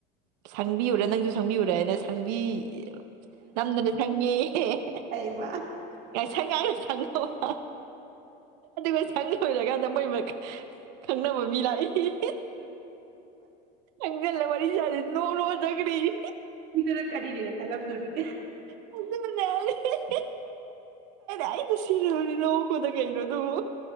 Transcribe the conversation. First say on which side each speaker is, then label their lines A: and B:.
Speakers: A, on the right; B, on the right.
A: ꯁꯪꯕꯤꯌꯨꯔꯥ ꯅꯪꯁꯨ ꯁꯪꯕꯤꯌꯨꯔꯥ ꯗ ꯁꯪꯕꯤ ꯅꯝꯗꯅ ꯁꯪꯉꯦꯌꯦ
B: ꯑꯩꯃ
A: <unintelligible> ꯑꯣ ꯍ ꯑꯗꯨꯒ ꯁꯪ ꯂꯣꯏꯔꯀꯥꯟꯗ ꯃꯣꯏꯃꯛ ꯈꯪꯅꯕ ꯃꯤ ꯂꯥꯛꯏꯌꯦ ꯆꯪꯖꯤꯜꯂ ꯋꯥꯔꯤ ꯁꯥꯖꯤꯟ ꯅꯣꯛ ꯅꯣꯛ ꯑ ꯆꯠꯈ꯭ꯔꯦꯌꯦ
B: ꯀꯔꯤꯗꯨꯅ ꯀꯔꯤꯅꯦꯅ ꯈꯂꯝꯗꯣꯔꯤꯒꯦ-
A: ꯑꯗꯨ <unintelligible> ꯑꯩꯗꯤ ꯁꯤꯔꯕꯅꯦ ꯅꯣꯛꯄꯗ ꯀꯩꯅꯣ ꯗꯨꯕꯣ